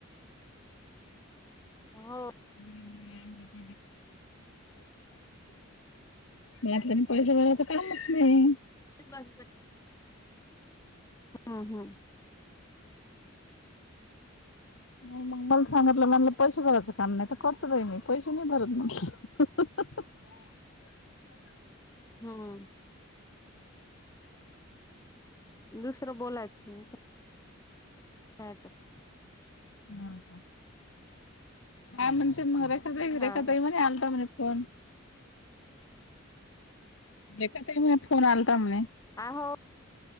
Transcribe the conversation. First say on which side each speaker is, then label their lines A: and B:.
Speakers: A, on the left; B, on the left.
A: पण- हो
B: <unintelligible> डुबली. मला वाटल्यानी पैशे भरायच कामच नाही.
A: <unintelligible> हं हं.
B: म म मग मला सांगितलं. म्हणलं पैसे भरायचं काम नाही तर करतो बाई मी. पैसे नाही भरत म्हटलं. <inaudible>
A: हं. दुसरं बोलायच होतं. <unintelligible>
B: हा का? काय म्हण ते मग रेखा ताई?
A: हा
B: रेखा
A: हा
B: ताई म्हणे आलता म्हने फोन. रेखा ताई म्हणे, फोन आलाता म्हणे.
A: आ हो